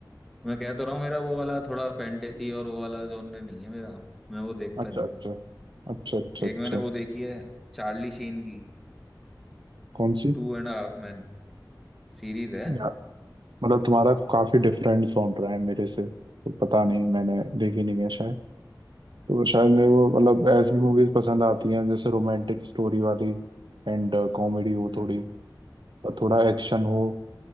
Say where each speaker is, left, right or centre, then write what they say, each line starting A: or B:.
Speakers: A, in the centre; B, on the right.
A: मैं कह तो रहा हूँ मेरा वो वाला थोड़ा फैंटेसी और वो वाला जॉनर नहीं है मेरा मैं वो देखता
B: अच्छा
A: नहीं
B: अच्छा
A: हूँ
B: अच्छा अच्छा अच्छा
A: एक मैंने वो देखी है चार्ली शीन की
B: कौन सी
A: Two and Half Man series है
B: यार मतलब तुम्हारा काफी डिफरेंट साउंड रहा है मेरे से तो पता नहीं मैंने देखी नहीं है शायद तो शायद मेरे को
A: हाँ
B: मतलब ऐसी मूवीज पसंद आती हैं जैसे रोमांटिक स्टोरी वाली एंड कॉमेडी हो
A: हम्म
B: थोड़ी
A: हम्म
B: और थोड़ा एक्शन हो